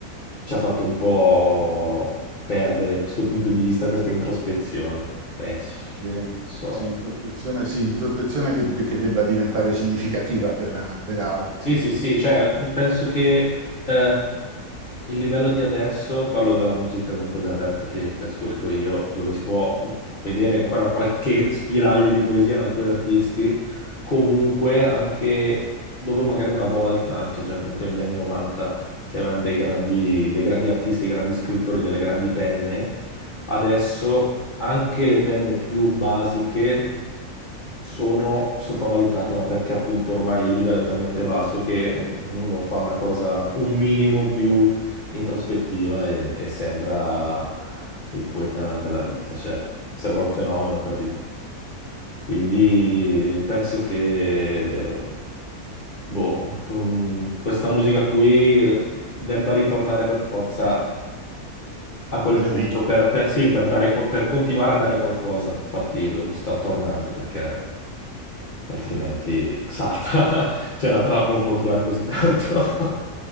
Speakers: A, on the left; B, on the right.
A: ci ha fatto un po' perdere questo punto di vista, questa introspezione, penso,
B: sì,
A: non so.
B: sì, introspezione, sì, introspezione che, che debba diventare significativa per, per altri,
A: Sì, sì, sì, cioè, mhmm, penso che eh, il livello di adesso, parlo della musica, comunque del rap che, che ascolto io, dove si può mhmm, vedere ancora qualche spiraglio di poesia in alcuni artisti, comunque anche dove magari una volta, anche già comunque negli anni 90, si avevano dei grandi, dei grandi artisti, dei grandi scrittori, delle grandi penne, adesso anche le penne più basiche sono sopravvalutate, ma perché appunto ormai il livello è talmente basso che un- uno fa una cosa un minimo più introspettiva e, e sembra il poeta della vita, cioè sembra un fenomeno, capito? Quindi penso che boh, mm, questa musica qui debba ritornare per forza a quel
B: alle
A: punto
B: origini.
A: per, per- sì, per dare, qu- per continuare a dare qualcosa. Infatti lo stanno tornando perché altrimenti salta. <laughs> Cioè la trappola non può durare così tanto. <laughs>